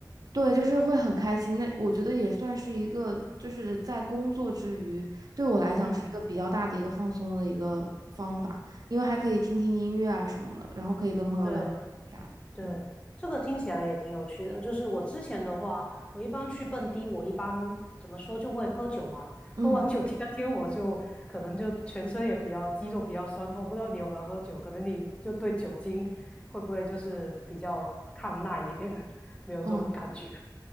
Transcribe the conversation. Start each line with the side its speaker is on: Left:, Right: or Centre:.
Right: 对，就是会很开心。那我觉得也算是一个，就是在工作之余，对我来讲是一个比较大的一个放松的一个方法，
Left: 嗯嗯，
Right: 因为还可以听听音乐啊什么的，然后可以跟朋友聊啥的嗯
Left: 对对，这个听起来也挺有趣的。就是我之前的话，我一般去蹦迪，我一般怎么说就会喝酒嘛。
Right: 嗯
Left: 喝完酒第二天，我就可能就全身也比较肌肉比较酸痛。不知道你有没有喝酒？可能你就对酒精会不会就是比较抗耐一点，<laughs> 没有这种感觉。
Right: 嗯，